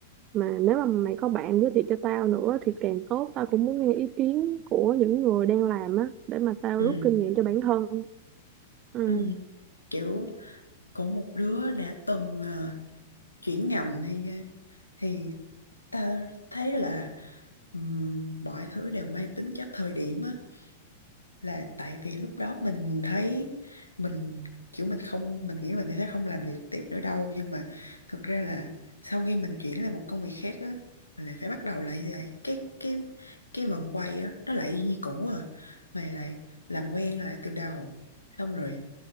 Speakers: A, on the right (about 35°); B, on the left (about 80°).
A: mà nếu mà mày có bạn giới thiệu cho tao nữa thì càng tốt tao cũng muốn nghe ý kiến của những người đang làm á để mà tao
B: ừ
A: rút kinh nghiệm cho bản thân ừ.
B: ừ kiểu có một đứa đã từng ờ, chuyển ngành thì thì tao thấy là ừm, mọi thứ đều mang tính chất thời điểm á là tại vì lúc đó mình thấy mình kiểu mình không mình nghĩ mình sẽ không làm được tiếp nữa đâu nhưng mà thực ra là sau khi mình chuyển lại một công việc khác á mình lại phải bắt đầu lại như vậy cái cái cái vòng quay á nó lại y như cũ à mày lại làm quen lại từ đầu xong rồi